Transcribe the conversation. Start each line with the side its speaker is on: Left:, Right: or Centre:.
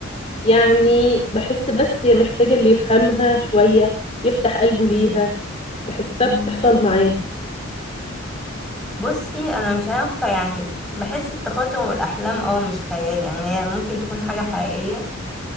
Left: يعني بحس بس هي محتاجة اللي يفهمها شوية يفتح قلبه ليها بحسها
Centre: مم.
Left: بتحصل معاه
Centre: بصي انا مش عارفة يعني بحس التخاطر والاحلام اه مش خيال يعني هي ممكن تكون حاجة حقيقية